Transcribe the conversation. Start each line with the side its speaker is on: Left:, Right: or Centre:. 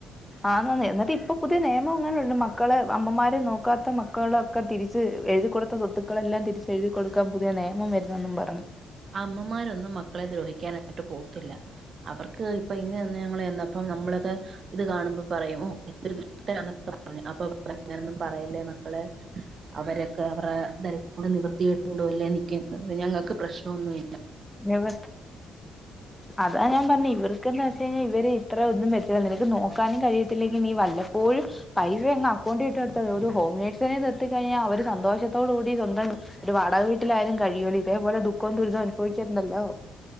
Centre: ആഹ്ന്നാന്നേ ന്നിട്ടിപ്പൊ പുതിയ നിയമം അങ്ങനെയുണ്ട് മക്കളെ അമ്മമാര് നോക്കാത്ത മക്കള ഒക്കെ തിരിച്ച് എഴുതി കൊടുത്ത സ്വത്തുക്കളെല്ലാം തിരിച്ച് എഴുതി കൊടുക്കാൻ പുതിയ നിയമം വരുന്നെന്നും പറഞ്ഞു
Right: അമ്മമാരൊന്നും മക്കളെ ദ്രോഹിക്കാനായിട്ട് പോവത്തില്ല. അവർക്ക് ഇപ്പ ഇന്ന് തന്നെ ഞങ്ങള് ചെന്നപ്പം നമ്മളെയൊക്കെ ഇത് കാണുമ്പോ പറയും ഓഹ് <unintelligible> പറയല്ലേ മക്കളെ അവരൊക്കെ അവരെ <unintelligible> നിവർത്തികേടുകൊണ്ടല്ലേ നിൽക്കുന്നത് ഞങ്ങക്ക് പ്രശ്നൊന്നുല്ല
Centre: വ്യവസ്ഥ അതാ ഞാൻ പർഞ്ഞെ ഇവർക്ക്ന്ന് വെച്ച് കഴ്ഞ്ഞാൽ ഇവര് ഇത്ര ഒന്നും പറ്റത്തില്ലില്ല നക്ക് നോക്കാനും കഴിയ ത്തില്ലെങ്കി നീ വല്ലപ്പോഴും പൈസ അങ്ങ് അക്കൗണ്ടി ഇട്ടൊട്ത്താത് ഒരു ഹോം നേഴ്സിനെ നിർത്തി കഴിഞ്ഞാ അവര് സന്തോഷത്തോടി കൂടി ഒരു വാടക വീട്ടിലായാലും കഴിയുമല്ലോ ഇതേപോലെ ദുഖോം ദുരിതവും അനുഭവിക്കണ്ടല്ലോ